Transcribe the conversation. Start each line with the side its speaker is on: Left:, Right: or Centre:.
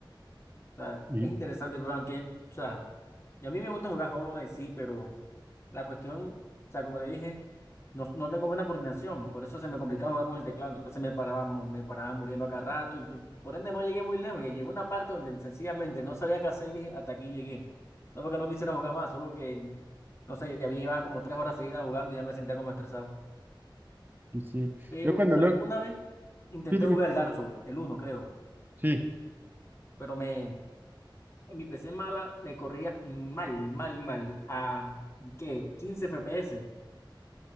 Left: O sea,
Right: Y
Left: es interesante, pero aunque, o sea, y a mí me gusta jugar Hollow Knight, sí, pero la cuestión, o sea, como le dije, no, no tengo buena coordinación, por eso se me complicaba jugar con el teclado, entonces me paraba, mu- me paraba muriendo a cada rato, entonces, por ende no llegué muy lejos, y llegó una parte donde sencillamente no sabía qué hacer y dije, hasta aquí llegué. No porque no quisiera jugar más, solo que, no sé, ya había llevado como tres horas seguidas jugando y ya me sentía como estresado.
Right: sí, sí.
Left: Pero,
Right: Yo cuando
Left: ¿sabes?
Right: luego,
Left: Una vez intenté
Right: sí, dime.
Left: jugar el Dark Souls, el uno, creo,
Right: Sí.
Left: pero me, En mi PC mala me corría mal, mal, mal. A, ¿qué? 15 FPS.